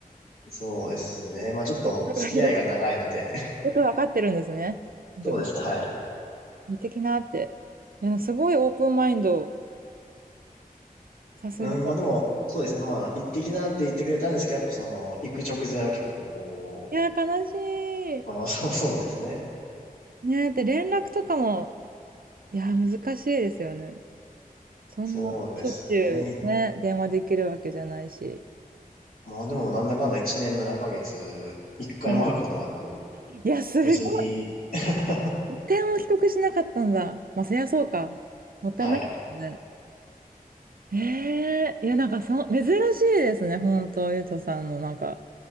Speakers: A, on the left (about 70°); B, on the right (about 70°).
A: そうですね。まあちょっと付き合いが長いので。
B: 心が広いよくわかってるんですね。
A: <laughs>
B: 本当さん
A: そうですね、はい。
B: 似てきなって。いや、すごいオープンマインド。さすが。
A: うん、まあでも、そうですね。まあ行ってきなって言ってくれたんですけど、やっぱその、行く直前は結構こう、
B: いや、悲しい。
A: まあまあそう <laughs> そうですね。
B: ねえ、で、連絡とかも、いや、難しいですよね。そんな、
A: そうですね。
B: しょっちゅうね、
A: い
B: 電話できるわけじゃないし。
A: まあでもなんだかんだ1年7ヶ月、1回も会うことなく、
B: ねいや、すごい
A: 無事に、<laughs>
B: 電話を帰国しなかったんだ。まあ、そりゃそうか。もったいないですね。
A: はい。
B: ええいや、なんかそ珍しいですね、本当、ゆうとさんの、なんか、